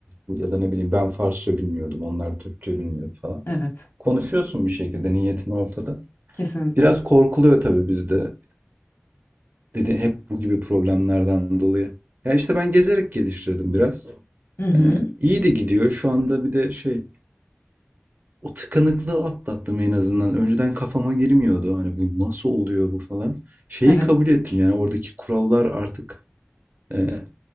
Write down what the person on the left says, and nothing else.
evet.
Kesinlikle.
Hı hı.
Evet.